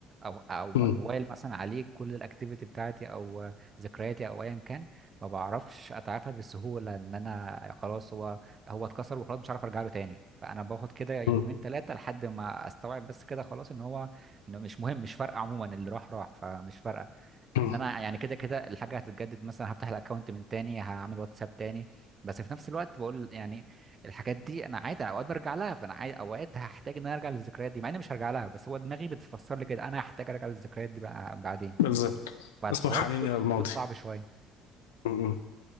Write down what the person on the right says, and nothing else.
او او م-
موبايل مثلا عليه كل الاكتيفيتي بتاعتي او ذكرياتي او ايا كان ما بعرفش اتعافى بسهوله ان انا خلاص هو هو اتكسر وخلاص مش عارف ارجع له تاني فانا باخد كده يومين
ثلاثه لحد ما استوعب بس كده خلاص ان هو انه مش مهم مش فارقه عموما اللي راح راح فمش فارقه
ان انا يعني كده كده الحاجه هتتجدد مثلا هفتح الاكونت من تاني هعمل واتساب تاني بس في نفس الوقت بقول يعني الحاجات دي انا عادي انا اوقات برجع لها فانا عادي اوقات هحتاج ان انا ارجع للذكريات دي مع اني مش هرجع لها بس هو دماغي بتفسر لي كده انا هحتاج ارجع للذكريات دي بقى بعدين
فالحوار
بيكون
بيكون صعب شويه